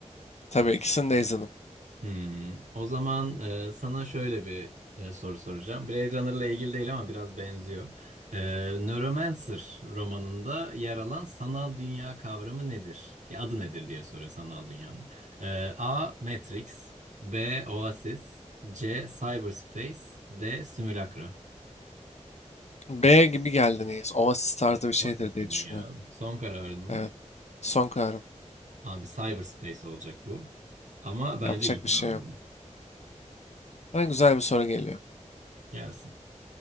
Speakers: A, on the left; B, on the right.
A: Tabii ikisini de izledim.
B: Hmm, O zaman e, sana şöyle bir e, soru soracağım. Blade Runner'la ilgili değil ama biraz benziyor. E, Neuromancer romanında yer alan sanal dünya kavramı nedir? Ya adı nedir diye soruyor sanal dünyanın. E, A. Matrix B. Oasis C. Cyberspace D. Simulacra.
A: B gibi geldi neyse. Oasis tarzı bir şeydir
B: Oasis
A: diye
B: gibi
A: düşünüyorum.
B: mi geldi? Son kararın mı?
A: Evet. Son kararım.
B: Abi Cyberspace olacak bu. Ama bence
A: Yapacak
B: iyi tahminim.
A: bir şey yok. Sana güzel bir soru geliyor.
B: Gelsin.